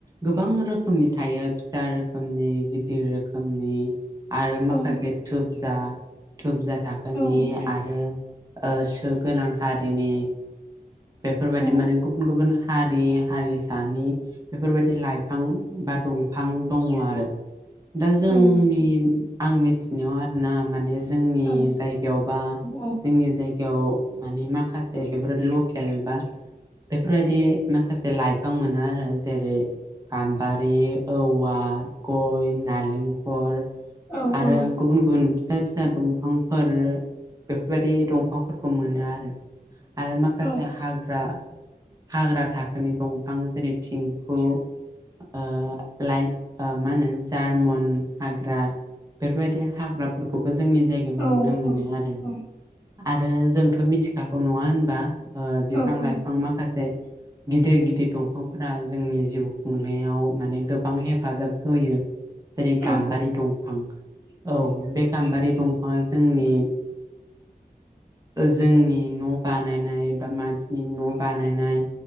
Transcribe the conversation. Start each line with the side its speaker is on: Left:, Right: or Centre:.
Right: गोबां रोखोमनि थायो फिसा रोखोमनि गिदिर रोखोमनि। आरो माखासे
Centre: औ
Right: थुबजा- थुबजा थाखोनि
Centre: नोंथां
Right: आरो सु गोनां हारिनि बेफोरबायदि
Centre: औ
Right: माने गुबुन -गुबुन हारि- हारिसानि बेफोरबायदि लाइफां बा दंफां दङ आरो। दा जोंनि
Centre: नोंथां
Right: आं मिथिनायाव आरोना माने जोंनि
Centre: औ नोंथां औ
Right: जायगायावबा
Centre: औ
Right: जोंनि जाय बेयाव मानि माखासे बेफोरो लकेल बा बेफोरबायदि माखासे लाइफां मोनो आरो जेरै गाम्बारि, औवा, गय, नालेंखर
Centre: औ
Right: आरो
Centre: औ
Right: गुबुन -गुबुन फिसा- फिसा दंफांफोर बेफोरबायदि दंफांफोरखौ मोनो आरो। आरो माखासे
Centre: औ
Right: हाग्रा हाग्रा थाखोनि दंफां जेरै थिंखु ओ लाइट मा होनो जार्मन हाग्रा बेफोरबायदि हाग्रा <unintelligible> जोंनि जायगायाव नुनो
Centre: औ
Right: मोनो आरो।
Centre: औ
Right: आरो जोंथ' मिथिखागौ नङा होनबा? ओ बिफां
Centre: औ
Right: -
Centre: औ
Right: लाइफां माखासे गिदिर -गिदिर दंफांफोरा जोंनि जिउ खुंनायाव माने गोबां हेफाजाब होयो। जेरै
Centre: औ
Right: गाम्बारि दंफां औ बे गाम्बारि दंफाङा जोंनि जोंनि न' बानायनाय बा मानसिनि न' बानायनाय